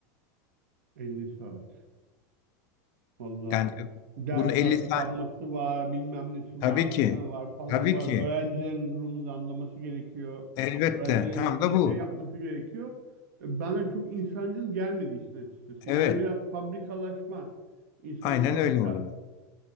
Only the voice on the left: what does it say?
Yani
bunu 50
saat
Tabii
ki.
Tabii
ki.
Elbette.
Tam da bu.
Evet.
Aynen
öyle oluyor.